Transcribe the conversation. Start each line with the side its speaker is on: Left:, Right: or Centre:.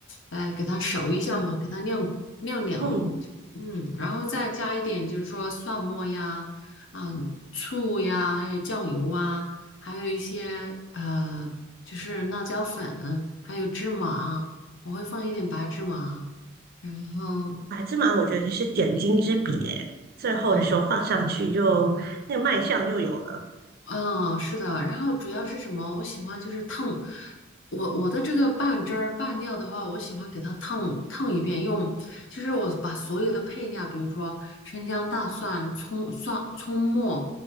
Left: 哎，给它熟一下嘛，给它晾晾凉，
Right: 嗯。
Left: 嗯，然后再加一点就是说蒜末呀，嗯，醋呀，还有酱油啊，还有一些呃，就是辣椒粉，还有芝麻，我会放一点白芝麻，然后。
Right: 白芝麻我觉得是点睛之笔耶，最后的时候放上去就那个卖相就有了。
Left: 嗯嗯，是的，然后主要是什么？我喜欢就是烫，我我的这个拌汁儿拌料的话，我喜欢给它烫烫一遍，用就是我把所有的配料，比如说生姜、大蒜、葱、蒜、葱末，